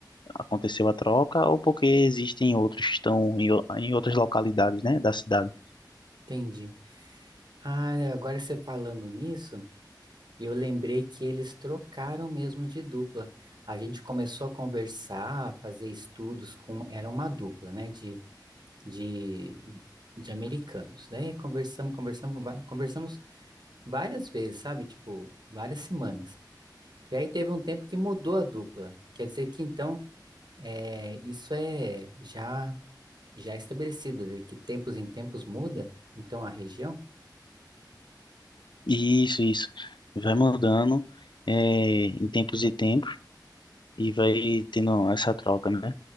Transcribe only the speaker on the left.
aconteceu a troca, ou porque existem outros que estão em, o- em outras localidades, né, da cidade.
Isso, isso. Vai mudando, é, em tempos e tempos. e vai tendo essa troca, né?